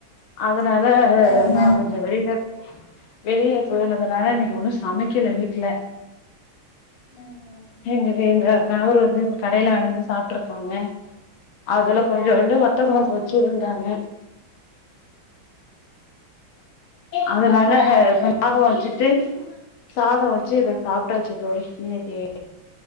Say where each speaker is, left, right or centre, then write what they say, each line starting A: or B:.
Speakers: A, on the left; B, on the left.
A: அது னால
B: ம்
A: நா கொஞ்சம் வெளியில வெளியே போனதுனால இன்னைக்கு ஒன்னு சமைக்கல வீட்ல
B: ம் ம்
A: <unintelligible> எங்க அவர் வந்து இப்ப கடையில வாங்கினு வந்து சாப்பிட்டு இருக்காங்க அதுல கொஞ்சவோண்டு வத்த குழம்பு வச்சு இருந்தாங்க அதனால சாதம் வச்சுட்டு சாதம் வச்சு இத சாப்பிட்டாச்சு தோழி இன்னைக்கு